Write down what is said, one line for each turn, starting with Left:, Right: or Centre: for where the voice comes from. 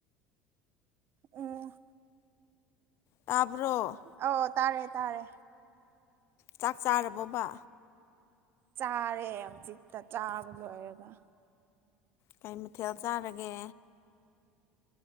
Right: ꯑꯣ
Left: ꯇꯥꯕ꯭ꯔꯣ
Right: ꯑꯧ ꯑꯧ ꯇꯥꯔꯦ ꯇꯥꯔꯦ
Left: ꯆꯥꯛ ꯆꯥꯔꯕꯣꯕ
Right: ꯆꯥꯔꯦ ꯍꯨꯖꯤꯛꯇ ꯆꯥꯕ ꯂꯣꯏꯔꯒ
Left: ꯀꯩ ꯃꯊꯦꯜ ꯆꯥꯔꯒꯦ